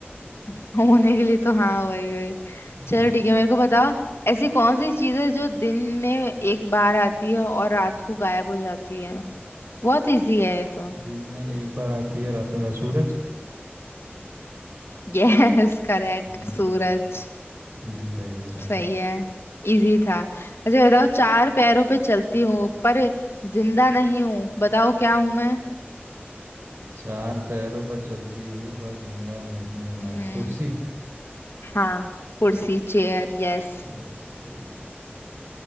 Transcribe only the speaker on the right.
हम्म
दिन में एक बार आती है रात को क्या सूरज
हम्म
इजी था इजी था
चार पैरों पर चलती हूँ पर जिंदा नहीं हूँ मैं
कुर्सी
Yes yes yes